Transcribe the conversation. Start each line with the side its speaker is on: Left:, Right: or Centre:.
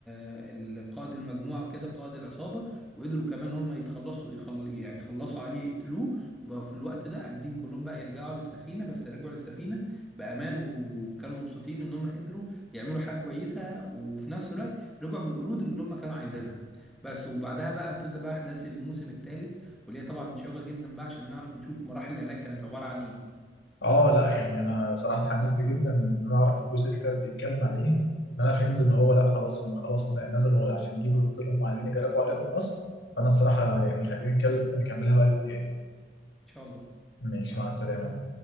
Centre: ال- قائد المجموعه وكده قائد العصابه وقدروا كمان هم يتخلصوا يخل يعني خلصوا عليه يقتلوه وبقى في الوقت ده قادرين كلهم بقى يرجعوا للسفينه بس رجعوا للسفينه بامان وكانوا مبسوطين ان هم قدروا يعملوا حاجه كويسه وفي نفس الوقت رجعوا بالقرود اللي هم كانوا عايزينها بس وبعدها بقى بتبدا بقى احداث الموسم الثالث وليا طبعا شيقة جدا بقى عشان نعرف نشوف مراحل العلاج كانت عبارة عن ايه
Left: اه لا يعني انا صراحه اتحمست جدا ان انا اعرف الجزء التالت بيتكلم على ايه ان انا فهمت ان هو لا خلاص هم خلاص نزلوا عشان يجيبوا الوردة اللي هم عايزين يجربوا عليهم المصل فانا الصراحه يعني خلينا نتكلم نكملها بقى يوم تاني
Centre: ان شاء الله
Left: ماشي
Centre: مع
Left: مع
Centre: السلامة
Left: السلامه